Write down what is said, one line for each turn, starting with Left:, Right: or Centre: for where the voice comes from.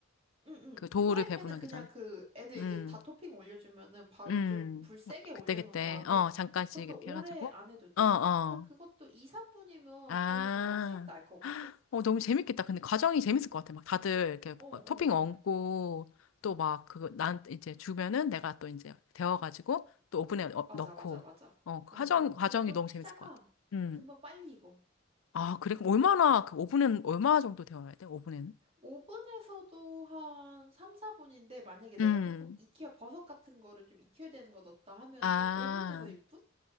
Right: 응응.
Left: 그 도우를
Right: 후라이팬은
Left: 배분하기
Right: 그냥
Left: 전에.
Right: 그 애들
Left: 음,
Right: 이제 다 토핑 올려주면은 바로
Left: 음.
Right: 좀 불 세게 올려놓은
Left: 그때그때,
Right: 다음에
Left: 어, 잠깐씩
Right: 그것도
Left: 이렇게
Right: 오래
Left: 해가지고.
Right: 안 해도 돼.
Left: 어, 어.
Right: 한 그것도 2, 3분이면
Left: 아.
Right: 도 금방 색 날 거거든?
Left: 어, 너무 재밌겠다. 근데 과정이 재밌을 것 같아. 막 다들 이렇게
Right: 어, 어,
Left: 뭐 토핑 얹고
Right: 어.
Left: 또 막 그거 난 이제 주면은 내가 또 이제 데워가지고 또 오븐에 어-
Right: 맞아,
Left: 넣고.
Right: 맞아, 맞아.
Left: 어, 그
Right: 어,
Left: 과정,
Right: 어.
Left: 과정이
Right: 그리고 또
Left: 너무
Right: 피자가
Left: 재밌을 것 같아. 음.
Right: 금방 빨리 익어.
Left: 아, 그래? 그럼 얼마나, 그 오븐은 얼마 정도 데워야 돼? 오븐에는?
Right: 오븐에서도 한 3, 4분인데 만약에 내가
Left: 음.
Right: 조금 익혀 버섯 같은 거를 좀 익혀야 되는 거 넣었다 하면은
Left: 아,
Right: 오븐에서 6분?